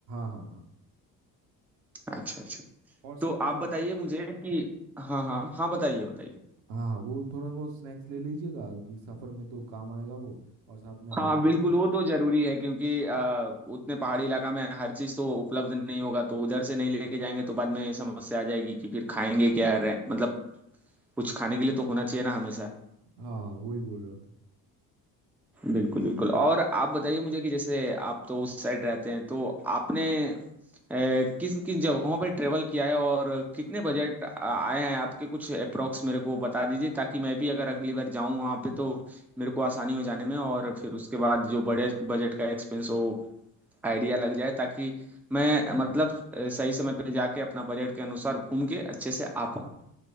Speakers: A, on the right; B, in the centre.
A: हाँ हाँ हाँ।
B: अच्छा अच्छा
A: और साथ
B: तो
A: में
B: आप बताइए मुझे कि हाँ हाँ हाँ बताइए बताइए
A: हाँ हाँ वो थोड़ा बहुत स्नैक्स ले लीजिएगा क्योंकि सफर में तो काम आएगा वो और साथ में आईडी
B: हाँ बिल्कुल
A: प्रूफ
B: वो तो जरूरी है क्योंकि अ, उतने पहाड़ी इलाका में हर चीज तो उपलब्ध नहीं होगा तो उधर से नहीं लेके जाएंगे तो बाद में समस्या आ जाएगी कि फिर खाएंगे क्या रह मतलब कुछ खाने के लिए तो होना चाहिए ना हमेशा
A: हाँ हाँ वही बोल रहा था
B: बिल्कुल बिल्कुल और आप बताइए मुझे कि जैसे आप तो उस साइड रहते हैं तो आपने किन किन जगहों पर ट्रेवल किया है और कितने बजट आए हैं आपके कुछ अप्रोक्स मेरे को बता दीजिए ताकि मैं भी अगर अगली बार जाऊं वहां पे तो मेरे को आसानी हो जाने में और फिर उसके बाद जो बड़े बजट का एक्सपेंस हो आइडिया लग जाए ताकि मैं मतलब अ, सही समय पे जाके अपना बजट के अनुसार घूम के अच्छे से आ पाऊँ